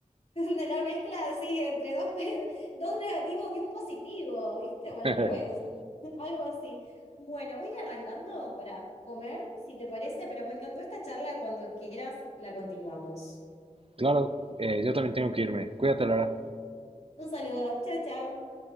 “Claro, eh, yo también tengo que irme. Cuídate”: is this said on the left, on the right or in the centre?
Right